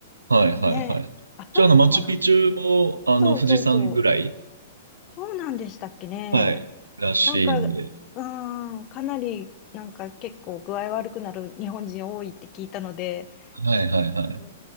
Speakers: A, on the right; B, on the left.
A: はいはいはい。
B: ね。あ、そっか。
A: じゃあ、あの、マチュピチュも、あの、
B: そうそうそう。
A: 富士山ぐらい、
B: どうなんでしたっけね。
A: はい、らしいんで。
B: なんか、うーん、かなり、なんか結構具合悪くなる日本人多いって聞いたので、
A: はいはいはい。
B: う